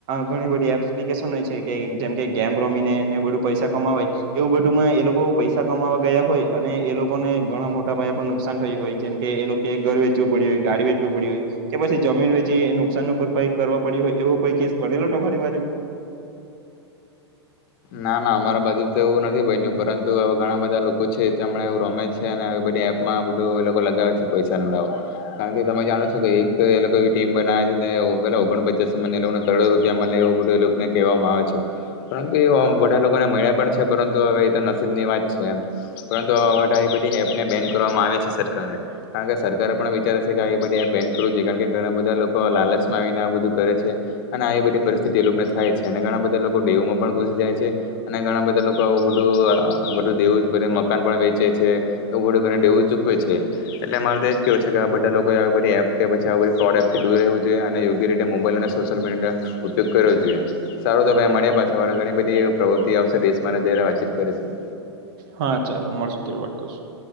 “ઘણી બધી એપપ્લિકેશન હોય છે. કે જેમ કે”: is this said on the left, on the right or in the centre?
Right